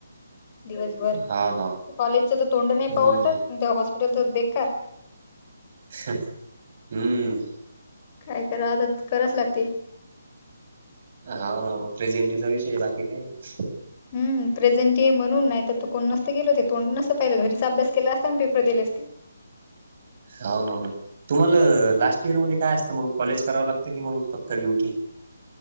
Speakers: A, on the left (about 30°); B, on the right (about 40°).
A: दिवसभर
B: हाव ना
A: कॉलेजच तर तोंड नाही
B: हम्म
A: पाहू वाटत अन त्या हॉस्पिटलच बेकार
B: हम्म.
A: काय कराव आता करावच लागते
B: हाव ना म प्रेझेंटीचा विषय आहे बाकी काय नाही
A: हम्म प्रेझेंटी आहे म्हणून नाही तर तु कोण नसत गेल, ते तोंड नसत पाहिलं घरीच अभ्यास केला असता आणि पेपर दिले असते
B: हाव ना हो ना तुम्हाला लास्ट इयर मध्ये काय असतं मग कॉलेज करावं लागतं की मग फक्त ड्युटी?